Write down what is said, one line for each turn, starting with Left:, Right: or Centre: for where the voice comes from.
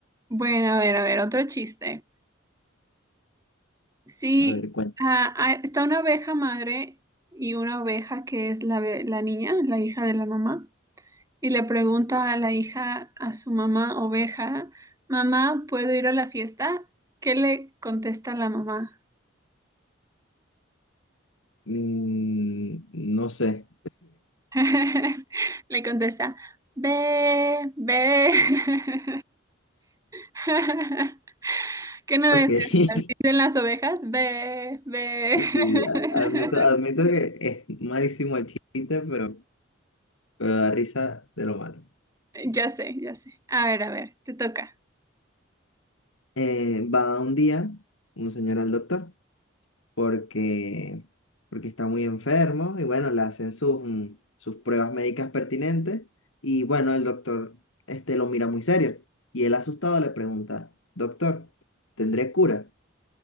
Right: Bueno, a ver, a ver, otro chiste. Sí,
Left: A ver, cuál.
Right: ah, ah, está una oveja madre y una oveja que es la, be- la niña, la hija de la mamá, y le pregunta a la hija, a su mamá oveja, mamá, ¿puedo ir a la fiesta? ¿Qué le contesta la mamá?
Left: Mm, no sé.
Right: <laughs> Le contesta, ve, ve. <laughs> ¿Qué no ves?
Left: Ok. <laughs>
Right: Así dicen las ovejas, ve, ve.
Left: Sí, a-
Right: <laughs>
Left: Admito, admito que es malísimo el chiste, pero, pero da risa de lo malo.
Right: Ya sé, ya sé. A ver, a ver, te toca.
Left: Eh, va un día un señor al doctor porque, porque está muy enfermo y bueno, le hacen sus, mm, sus pruebas médicas pertinentes y bueno, el doctor este, lo mira muy serio y él asustado le pregunta, doctor, ¿tendré cura?